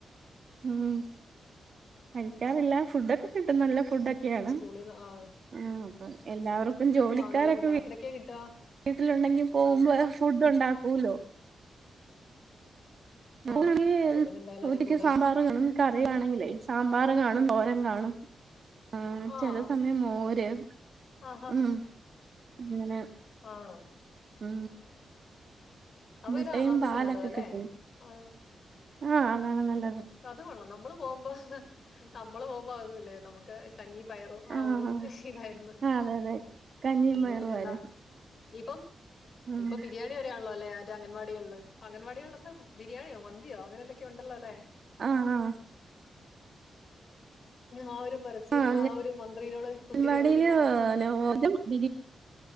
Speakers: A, on the right (about 60°); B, on the left (about 60°).
A: ഊം കഴിക്കാറില്ല
B: ആഹാ
A: ഫുഡൊക്കെ കിട്ട <unintelligible> ഫുഡൊക്കെയാണ്
B: സ്കൂളിന്ന് ആഹ്
A: ആ അപ്പ എല്ലാവർക്കും ജോലിക്കാരൊക്കെ
B: ആഹ് നല്ല ഫുഡാ ഏതൊക്കെയാ കിട്ടാ
A: വീട്ടിലുണ്ടെങ്കി പോകുമ്പോ ഫുഡ് ഉണ്ടാക്കൂലോ <unintelligible>
B: ആഹ് അപ്പൊ പിന്നെ എന്തായാലും അതി
A: ഉച്ചക്ക്
B: കൂട്ട്
A: സാമ്പാർ കാണും കറ കാണെങ്കിലേ സാമ്പാർ കാണും തോരം കാണും ആ
B: ആഹ്
A: ചെല സമയം മോര്
B: ആഹാ
A: ഉം ഇങ്ങനെ
B: ആണോ
A: ഉം
B: അവന്
A: മുട്ടയും
B: അതല്ലേ
A: പാലൊക്കെ
B: നല്ലതല്ലേ
A: കിട്ടും
B: ആ
A: ആഹ് അതാണ് നല്ല
B: അത് കൊള്ളാം നമ്മള് പോകുമ്പോ നമ്മള് പോകുമ്പ അതൊന്നുല്ല നമുക്ക് കഞ്ഞിയും, പയറും ആ
A: ആഹ്
B: ഒരു
A: ആഹ്
B: ഇതായിരുന്നു
A: അതെ അതെ കഞ്ഞിയും
B: ഇപ്പം
A: പയറും
B: പിന്നെല്ലാ
A: ആയിരുന്നു
B: ഇപ്പം
A: ഉം
B: ഇപ്പൊ ബിരിയാണി വരെ ആണല്ലോ അല്ലെ അംഗൻവാടികളിൽ എന്താ ബിരിയാണിയോ? മന്തിയോ അങ്ങനെ എന്തൊക്കെയ ഉണ്ടല്ലോ അല്ലേ
A: ആ ആ
B: ആ ഒരു പരസ്യം
A: ആഹ്
B: ക്കെ ആ ഒരു മന്ത്രിനോട് കുട്ടി
A: അംഗൻവാടിയില്
B: ചോദിക്കുന്ന
A: <unintelligible>